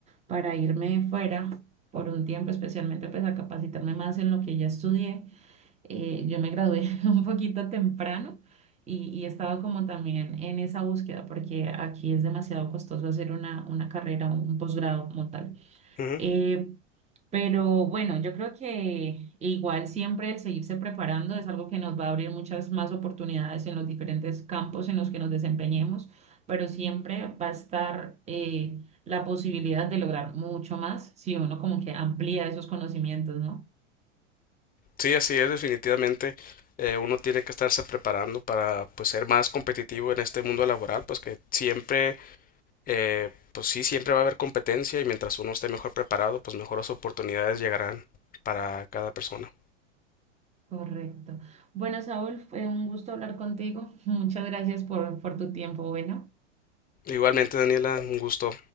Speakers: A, on the right; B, on the left.
A: para irme fuera por un tiempo, especialmente pues a capacitarme más en lo que ya estudié. eh, yo me gradué <laughs> un poquito temprano y, y he estado como también en esa búsqueda porque aquí es demasiado costoso hacer una, una carrera, un, un posgrado como tal.
B: Ujú.
A: Eh, pero bueno, yo creo que igual siempre el seguirse preparando es algo que nos va a abrir muchas más oportunidades en los diferentes campos en los que nos desempeñemos, pero siempre va a estar eh, la posibilidad de lograr mucho más si uno como que amplía esos conocimientos, ¿no?
B: Sí, así es, definitivamente. eh, uno tiene que estarse preparando para pues ser más competitivo en este mundo laboral, pues que siempre eh, pues sí, siempre va a haber competencia y mientras uno esté mejor preparado, pues mejores oportunidades llegarán para cada persona.
A: Correcto. Bueno, Saúl, fue un gusto hablar contigo. <laughs> Muchas gracias por, por tu tiempo. Bueno.
B: Igualmente, Daniela, un gusto.